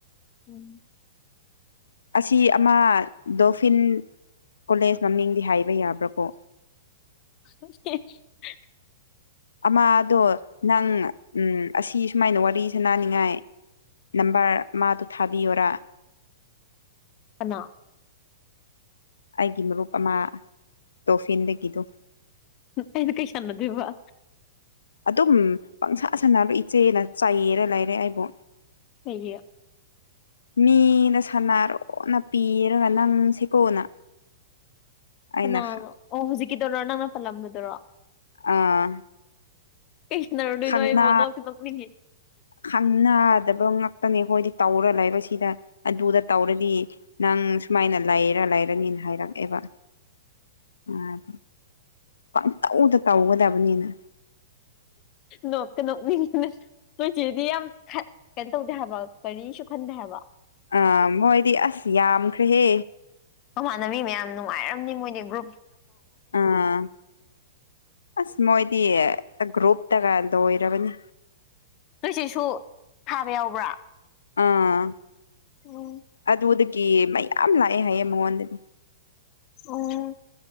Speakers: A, on the left; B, on the left.
A: ꯎꯝ
B: ꯑꯁꯤ ꯑꯃ ꯗꯣꯐꯤꯟ ꯀꯣꯂꯦꯖ ꯃꯃꯤꯡꯗꯤ ꯍꯥꯏꯕ ꯌꯥꯕ꯭ꯔꯥꯀꯣ
A: <unintelligible>
B: ꯑꯃꯥꯗꯣ ꯅꯪ ꯑꯁꯤ ꯁꯨꯃꯥꯏꯅ ꯋꯥꯔꯤ ꯁꯅꯅꯤꯡꯉꯥꯏ ꯅꯝꯕꯔ ꯃꯥꯗꯨ ꯊꯥꯕꯤꯌꯔꯥ
A: ꯑꯅꯥ
B: ꯑꯩꯒꯤ ꯃꯔꯨꯞ ꯑꯃ ꯇꯣꯐꯤꯟꯗꯒꯤꯗꯨ
A: ꯑꯩꯗꯤ ꯀꯩꯁꯥꯟꯅꯗꯕ
B: ꯑꯗꯨꯝ ꯄꯪꯁꯥ ꯁꯥꯟꯅꯕ ꯏꯆꯦꯅ ꯆꯥꯏꯌꯦꯅ ꯂꯩꯔꯦ ꯑꯩꯕꯨ
A: <unintelligible>
B: ꯃꯤꯗ ꯁꯅꯥꯔꯣꯅ ꯄꯤꯔꯒ ꯅꯪꯁꯦꯀꯣꯅ ꯑꯩꯅ
A: ꯀꯅꯥꯅꯣ
B: ꯍ
A: ꯑꯣ ꯍꯧꯖꯤꯛꯀꯤꯗꯔꯣ ꯅꯪꯅ ꯄꯜꯂꯝꯕꯗꯨꯔꯣ
B: ꯑꯥ
A: ꯀꯩꯁꯅꯥꯔꯨꯗꯣꯏ
B: ꯈꯪꯅꯥ
A: ꯅꯣ ꯑꯩꯕꯣ ꯅꯣꯛꯇꯤ ꯅꯣꯛꯅꯤꯡꯉ
B: ꯈꯪꯅꯗꯕ ꯉꯥꯛꯇꯅꯦ ꯑꯩꯈꯣꯏꯗꯤ ꯇꯧꯔ ꯂꯩꯕ ꯁꯤꯗ ꯑꯗꯨꯗ ꯇꯧꯔꯗꯤ ꯅꯪ ꯁꯨꯃꯥꯏꯅ ꯂꯩꯔ ꯂꯩꯔꯅꯤꯅ ꯍꯥꯏꯔꯛꯑꯦꯕ ꯎꯝ ꯄꯪꯇꯧꯗ ꯇꯧꯒꯗꯕꯅꯤꯅ
A: ꯅꯣꯛ ꯅꯣꯛꯅꯤꯡ ꯅꯣꯏ ꯆꯦꯗꯤ ꯌꯥꯝ ꯈꯠ ꯀꯩꯅꯣ ꯇꯧꯗꯦ ꯍꯥꯏꯕ ꯀꯔꯤꯁꯨ ꯈꯟꯗꯦ ꯍꯥꯏꯕ
B: ꯑ ꯃꯣꯏꯗꯤ ꯑꯁ ꯌꯥꯝꯈ꯭ꯔꯦꯍꯦ
A: ꯃꯃꯥꯟꯅꯕꯤ ꯃꯌꯥꯝ ꯅꯨꯡꯉꯥꯏꯔꯝꯅꯤ ꯃꯣꯏꯗꯤ ꯒ꯭ꯔꯨꯞ
B: ꯑꯥ ꯑꯁ ꯃꯗꯤ ꯒ꯭ꯔꯨꯨꯞꯇ ꯀꯗ ꯑꯣꯏꯔꯔꯕꯅꯤ
A: ꯅꯣꯏ ꯁꯤꯁꯨ ꯊꯥꯕ ꯌꯥꯎꯕ꯭ꯔꯥ
B: ꯑꯥ
A: ꯎꯝ
B: ꯑꯗꯨꯗꯒꯤ ꯃꯌꯥꯝ ꯂꯥꯛꯑꯦ ꯍꯥꯏꯌꯦ ꯃꯉꯣꯟꯗꯗꯤ
A: ꯎꯝ